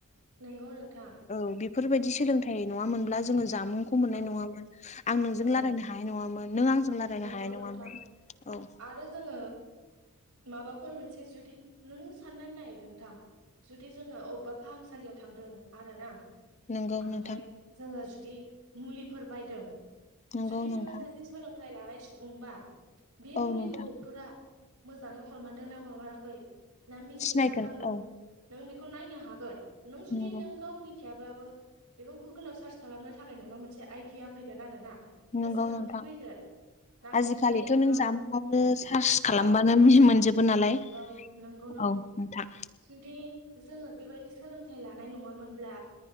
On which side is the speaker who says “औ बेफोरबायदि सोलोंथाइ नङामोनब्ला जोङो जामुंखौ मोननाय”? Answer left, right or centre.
Left